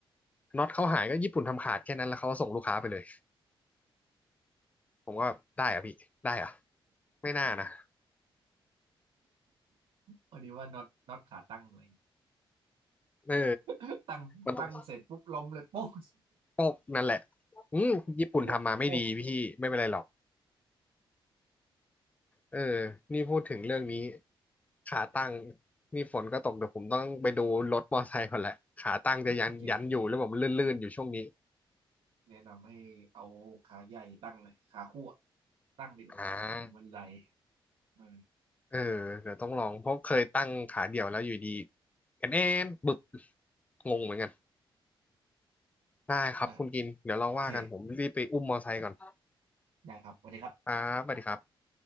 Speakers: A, on the left; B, on the right.
A: น็อตเขาหายก็ญี่ปุ่นทำขาดแค่นั้นแล้วเขาก็ส่งลูกค้าไปเลย ผมก็แบบได้เหรอะพี่ได้เหรอะไม่น่านะ
B: พนนี้ว่าน็อตน็อตขาตั้งอะไร
A: เออ
B: ตั้งตั้งเสร็จปุ๊บล้มเลย
A: มันต้อง
B: <laughs> โป๊ก
A: ตกนั่นแหละอืมญี่ปุ่นทำมาไม่ดีพี่ไม่เป็นไรหรอก
B: <laughs> โป๊ก
A: เออนี่พูดถึงเรื่องนี้ขาตั้งนี่ฝนก็ตกเดี๋ยวผมต้องไปดูรถมอไซค์ก่อนแหละขาตั้งจะยันยันอยู่หรือเปล่มันลื่นๆอยู่ช่วงนี้
B: โอเค แนะนำให้เอาขาใหญ่ตั้งเลยขาคู่อะตั้งดีกว่า
A: อ่า
B: มันไหลเออ
A: เออเดี๋ยวต้องลองเพราะเคยตั้งขาเดี่ยวแล้วอยู่ดีกันเอนบึบงงเหมือนกันได้ครับคุณกินเดี๋ยวเราว่ากันผมรีบไปอุ้มมอไซค์ก่อน
B: อ่ะโอเคได้ครับสวัสดีครับ
A: ครับสวัสดีครับ